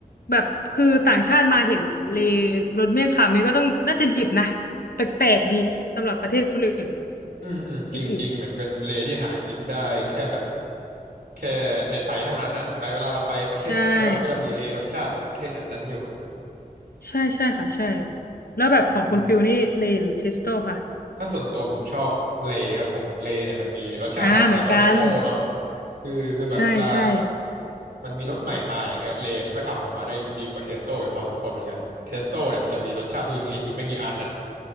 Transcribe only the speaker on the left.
แบบคือต่างชาติมาเห็นเลรถเมี่ยงคำนี่ก็ต้องน่าจะหยิบนะแปลกๆดีสำหรับประเทศคนอื่น
ประเทศอื่น
ใช่ใช่ใช่ค่ะใช่แล้วแบบของคุณฟิลนี่เลหรือเทสโตค่ะ
อ่าเหมือนกัน
ใช่ใช่